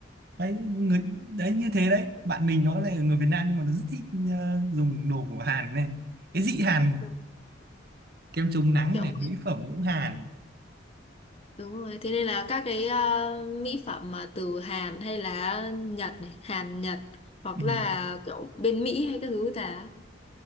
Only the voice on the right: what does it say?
đấy người đấy như thế đấy bạn mình nó là người Việt Nam nhưng mà nó rất thích ờ, dùng đồ của Hàn này cái dị Hàn
kem chống nắng
này
mỹ phẩm cũng Hàn
ừ.